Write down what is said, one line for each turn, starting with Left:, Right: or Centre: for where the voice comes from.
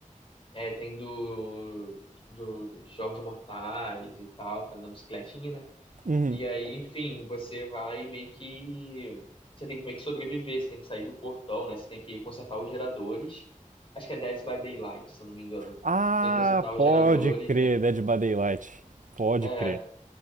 Left: é, tem do, dos Jogos Mortais e tal, tá na bicicletinha, né?
Right: Uhum.
Left: E aí, enfim, você vai meio que. Você tem que meio que sobreviver, você tem que sair do portão, né? Você tem que consertar os geradores. Acho que é Dead by Daylight, se eu não me engano.
Right: Ah,
Left: Você tem que consertar os
Right: pode
Left: geradores,
Right: crer,
Left: né?
Right: Dead by Daylight. Pode
Left: É.
Right: crer.